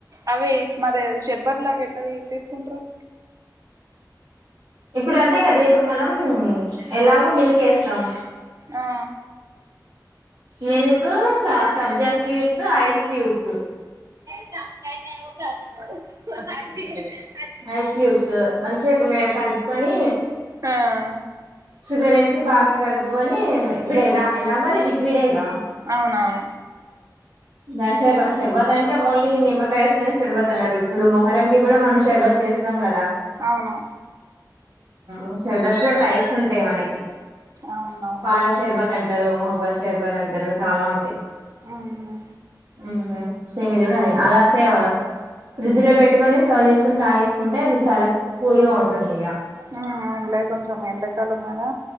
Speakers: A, on the right; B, on the right.
A: అవి మరి శర్బ దిలాగా ఎట్లా తీసుకుంటారు
B: ఇప్పుడు అదే కదా ఇప్పుడు మనం ఎలాగో మిల్క్ వేస్తాం
A: ఆ
B: మిల్క్ చ సబ్జా సీడ్సా ఐస్ క్యూబ్స్
A: <inaudible>
B: ఐస్ క్యూబ్స్ మంచి కలుపుకొని
A: ఆ
B: షుగర్ వేసి బాగా కలుపుకొని ఇప్పుడదా ఎలాగో ఇది విడేగా
A: అవునవును
B: దానిర్బ షర్బత్ అంటే ఓన్లీ నిమ్మకాయ వేస్తేనే షర్బత్ అన్నారు ఇప్పుడు మొహరంకి కూడా మనం షర్బత్ చేస్తాం కదా
A: అవును
B: ఉ షర్బత్స్ లో టైప్స్ ఉంటాయి మనకి
A: అవునవునులే
B: పాల శర్బత్ అంటారు మొహబ అబాషహబాద్ అంటారు చాలా ఉంటాయి
A: అవును
B: ఉ సేమ్ ఇది కూడా అ అలా సే ఫ్రిడ్జ్ లో పెట్టుకుని సర్వ్ చేసుకుని తాగ చేేసుకుంటే అది చాలా కూల్ గా ఉంటుంది ఇగ
A: ఉ అవులే కొంచం ఎండాకాలం కదా